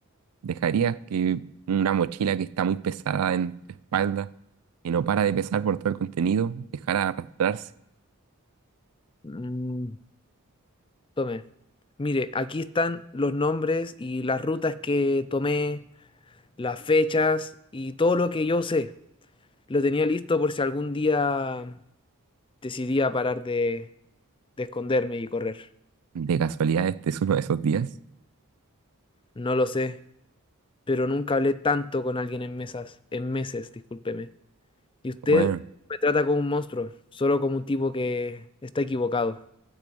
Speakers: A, on the right (about 90°); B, on the left (about 25°).
A: ¿Dejarías que una mochila que está muy pesada en tu espalda y no para de pesar por todo el contenido, dejara de arrastrarse?
B: Mm, Tome. Mire, aquí están los nombres y las rutas que tomé, las fechas y todo lo que yo sé. Lo tenía listo por si algún día decidía parar de, de esconderme y correr.
A: ¿De casualidad este es uno de esos días?
B: No lo sé, pero nunca hablé tanto con alguien en mesas, en meses, discúlpeme. Y usted
A: Bueno,
B: me trata como un monstruo, solo como un tipo que está equivocado.